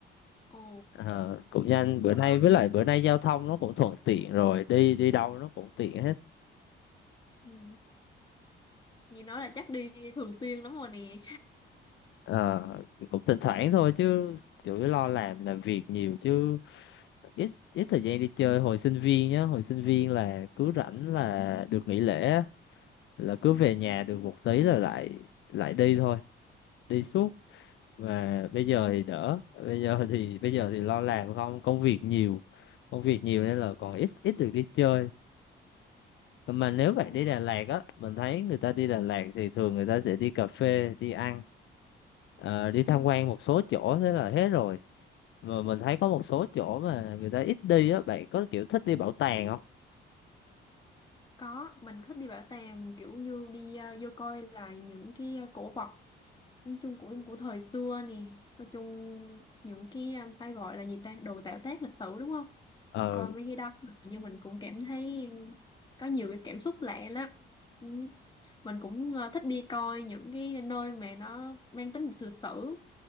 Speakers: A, on the left (about 20°); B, on the left (about 70°).
A: ồ,
B: Ờ, cũng nhanh bữa
A: hả?
B: nay với lại bữa nay giao thông nó cũng thuận tiện rồi đi đi đâu nó cũng tiện hết
A: Ừ. Nghe nói là chắc đi thường xuyên lắm rồi nè.
B: Ờ, cũng thỉnh thoảng
A: Ừ,
B: thôi chứ chủ yếu lo làm làm việc nhiều chứ ít ít thời gian đi chơi hồi sinh viên nhá hồi sinh viên là cứ rảnh là được nghỉ lễ á, là
A: ừ,
B: cứ về nhà được một tí là lại lại đi thôi đi suốt và bây giờ thì đỡ bây giờ thì bây giờ thì lo làm không công việc nhiều công việc nhiều nên là còn ít ít được đi chơi Còn mà nếu bạn
A: ồ,
B: đi Đà Lạt á, mình thấy người ta đi Đà Lạt thì thường người ta sẽ đi cà phê, đi ăn, ờ, đi tham
A: ừ.
B: quan một số chỗ thế là hết rồi. Mà mình thấy có một số chỗ mà người ta ít đi á, bạn có kiểu thích đi bảo tàng không?
A: Có, mình thích đi bảo tàng kiểu như đi ờ, vô coi lại những cái ờ, cổ vật nói chung của của thời xưa nè. Nói chung những cái ờ, phải gọi là gì ta? Đồ tạo tác lịch sử đúng không?
B: Ờ,
A: Coi mấy cái đó nhưng mình cũng cảm thấy có nhiều cái cảm xúc lạ lắm. Ừ. mình cũng ờ, thích đi coi những cái nơi mà nó mang tính lịch sử